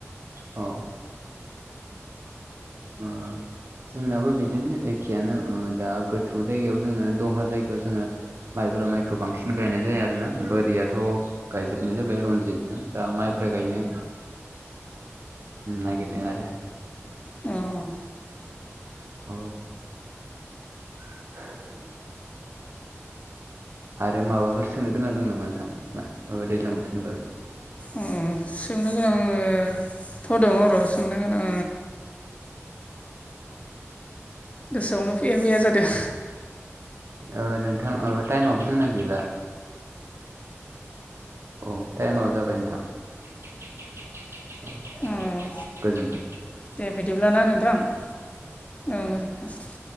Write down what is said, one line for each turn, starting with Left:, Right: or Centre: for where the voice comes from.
Right: औ उम जोंनाबो बिदिनो एखेयानो ओ दा गो गोथौ जायगायाव जोङो दहा जायगायाव जोङो माइब्रा माइखौ बांसिन गायनाय जायो आरोना बोरि आ थ' गायजोबनाय जाबाय रनजितजों दा माइब्रा गायनो नागिरदों आरो
Left: उम
Right: औ <inaudible> आरो माबाफोर सोंनो गोनां दं नामा नोंथां दैज्लां बोथोरनि बागै
Left: उम उम सोंनो गोनांथ' दङ र' सोंनो गोनां गोसोआवनो फैया फैया जादो।
Right: ओ नोंथां टाइमआबो जोंना गैला। औ टाइमा जाबाय नोंथां औ
Left: ओम
Right: गोजोन्थों।
Left: दे बिदिब्लाना नोंथां औ गोजोनथों।